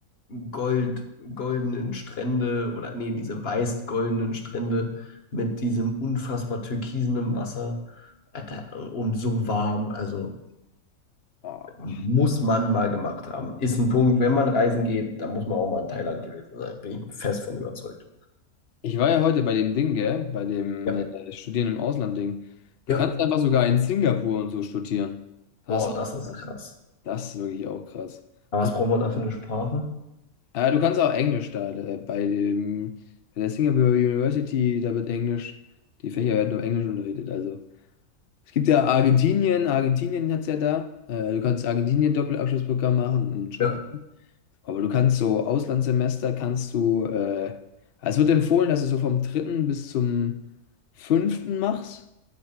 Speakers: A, on the left; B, on the left.
A: gold, goldenen Strände oder nee, diese weiß-goldenen Strände mit diesem unfassbar türkisenen Wasser Alter, und so warm, also
B: Oh.
A: muss man mal gemacht haben. Ist ein Punkt, wenn man reisen geht, da muss man auch mal in Thailand gewesen sein. Bin ich fest von überzeugt.
B: Ich war ja heute bei dem Ding, gell? Bei dem
A: Ja,
B: äh, Studieren im Ausland-Ding. Du
A: ja,
B: kannst einfach sogar in Singapur und so studieren. Das
A: Boah,
B: ist auch
A: das ist
B: was.
A: krass.
B: Das ist wirklich auch krass.
A: Aber
B: Und,
A: was braucht man da für eine Sprache?
B: äh, du kannst auch Englisch da, äh, bei dem, bei der Singapore University, da wird Englisch, die Fächer werden auf Englisch unterrichtet. Also es gibt ja Argentinien, Argentinien hat es ja da. Äh, du kannst Argentinien-Doppelabschlussprogramm machen und Schottland.
A: ja.
B: Aber du kannst so Auslandssemester, kannst du, äh, also es wird empfohlen, dass du so vom dritten bis zum fünften machst.